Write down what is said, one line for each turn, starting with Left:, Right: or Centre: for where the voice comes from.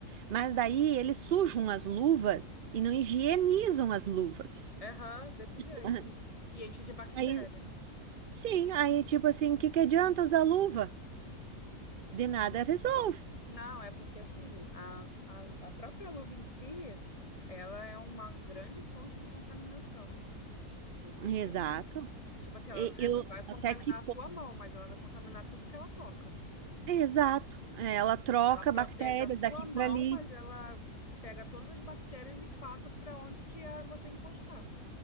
Right: mas daí eles sujam as luvas e não higienizam as luvas.
Left: erra desse
Right: <laughs>
Left: jeito. E enche de bactéria.
Right: Aí, sim, aí tipo assim, que que adianta usar luva? De nada resolve.
Left: Não, é porque assim, a, a, a própria luva em si, ela é uma grande fonte de contaminação, entendeu?
Right: Exato.
Left: Tipo assim, ela,
Right: E
Left: ela
Right: eu
Left: não vai contaminar
Right: até que
Left: a sua mão, mas ela vai contaminar tudo que ela toca.
Right: Exato. É, Ela troca
Left: Ela protege
Right: bactérias
Left: a sua
Right: daqui
Left: mão,
Right: para ali.
Left: mas ela pega todas as bactérias e passa para onde que é você encostar,